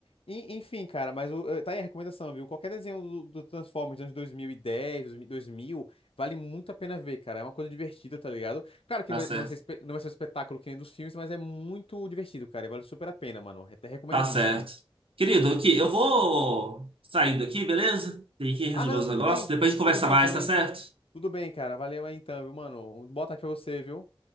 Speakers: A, on the left (about 80°); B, on the right (about 75°).
A: E- enfim, cara, mas o- eh, tá aí a recomendação, viu? Qualquer desenho do, do Transformers dos anos 2010, dois mil, dois mil, vale muito a pena ver, cara. É uma coisa divertida, tá ligado? Claro que
B: tá
A: não vai
B: certo.
A: não vai ser, espe- não vai ser um espetáculo que nem dos filmes, mas é muito divertido, cara. E vale super a pena, mano. É recomendadíssimo.
B: Tá certo. Querido, aqui, eu vou saindo aqui, beleza? Tem que resolver
A: Ah, não,
B: os
A: tudo
B: negócios.
A: bem.
B: Depois a gente conversa
A: Tudo bem
B: mais,
A: também.
B: tá certo?
A: Tudo bem, cara. Valeu aí então, viu, mano? Boa tarde pra você, viu?